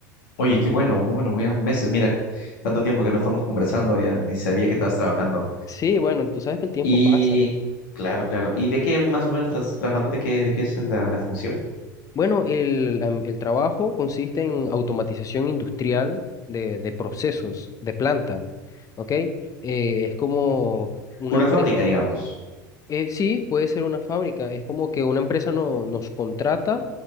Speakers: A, on the left (about 70°); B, on the left (about 30°).
A: Oye, qué bueno, qué bueno, ya meses, mira, tanto tiempo que no estamos conversando, ya ni sabía que estabas trabajando.
B: Sí, bueno, tú sabes que el tiempo
A: Y,
B: pasa.
A: claro, claro. ¿Y de qué más o menos estás trabajando? ¿De qué, de qué es la, la función?
B: Bueno, el, am- el trabajo consiste en automatización industrial de, de procesos, de planta, ¿ok? Eh, es como una
A: Una
B: empresa
A: fábrica, digamos.
B: Eh, sí, puede ser una fábrica. Es como que una empresa no, nos contrata